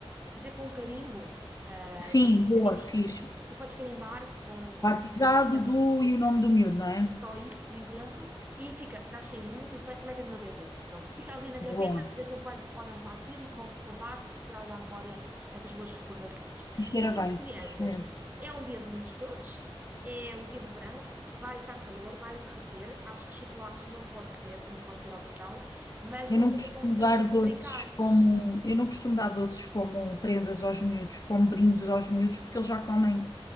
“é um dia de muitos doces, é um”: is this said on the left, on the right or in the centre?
Right